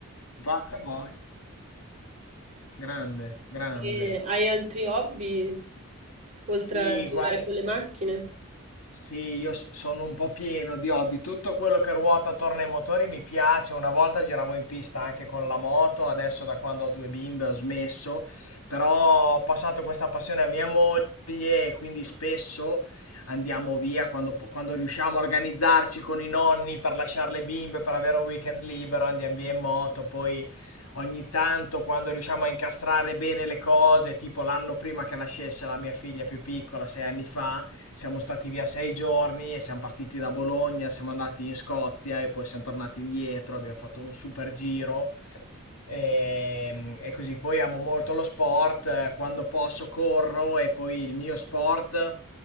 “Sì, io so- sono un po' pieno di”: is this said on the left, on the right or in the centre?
Left